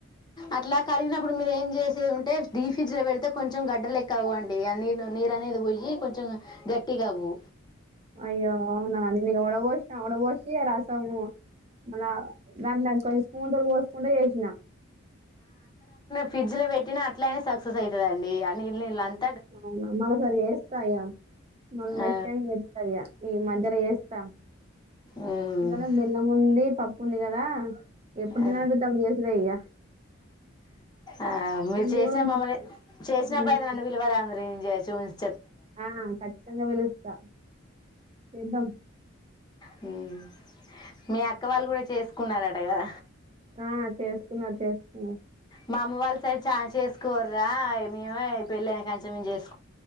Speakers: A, on the left (about 20°); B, on the right (about 30°).
A: అట్లా కరిగినప్పుడు మీరు ఏం చేసే ఉంటే డీ ఫ్రిడ్జ్ లో పెడితే కొంచెం గడ్డలెక్క ఆవు అండి అ నీరు నీరు అనేది పోయి కొంచెం గట్టిగా అవ్వు
B: అయ్యో అవునా నీనిగా వాడావోచన వాడవోషి ఆ రాసాము. మళ్ళా దాన్ల కొంచెం స్పూన్ తోటి పోసుకుండ ఏచనా
A: ఫిడ్జ్లా పెట్టిన అట్లైనా సక్సెస్ అయితదండి. ఆ నీళ్ నీళ్ళన్
B: అవునా మళ్ళా సరి యేస్తాయా. మళ్ళా
A: ఆ
B: నెక్స్ట్ టైమ్ యేస్తాయా. ఈ సరే యేస్తాం
A: ఉమ్
B: ఇళ్లనం బెల్లం మోన్ రీ పప్పుంది కదా ఎప్పుడు
A: ఆ
B: తినాలనిపిత్తే అప్పుడు చేసుడే ఇగ
A: ఆ ఆ మీరు
B: పిన్ని
A: చేసిన
B: కూడా ఉంచుతాను
A: మమ్మల్ని చేసినప్పుడైతే
B: హ్మ్.
A: నన్ను విలువ రా ఫారెజియా చూయిస్
B: ఆ కచ్చితంగా విలుస్ సాహు ఏదం
A: హుహ్ మీ అక్క వాళ్ళు కూడా చేసుకున్నారటగాదా
B: ఆ చేసుకున్నారు చేసుకున్నార్.
A: మా అమ్మ వాళ్ళ సైడ్ ఛాయ్ చేసుకోరురా ఇగ్ మీమే ఈ పెళ్ళైన కంచే మీమ్ జేస్